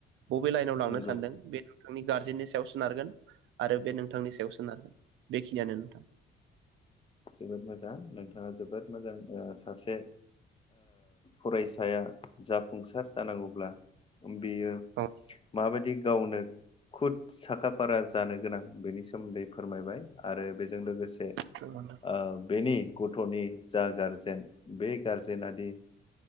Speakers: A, on the right (about 75°); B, on the left (about 25°).
A: बबे लाइनाव लांनो
B: नंगौ
A: सानदों बे नोंथांनि गार्जेननि सायाव सोनारगोन आरो बे नोंथांनि सायाव सोनारगोन बे। ख नेनथ।
B: जोबोद मोजां नोंथाङा जोबोद मोजां सासे फरायसाया जाफुंसार जानांगौब्ला। बेयो
A: औ
B: माबायदि। गावनो खुद साखा फारा जानो गोनां बेनि सोमोन्दै फोरमायबाय आरो बेजों लोगोसे।
A: थगा <inaudible>
B: ओ बेनि गथ'नि जा गारजेन बे गारजेना दि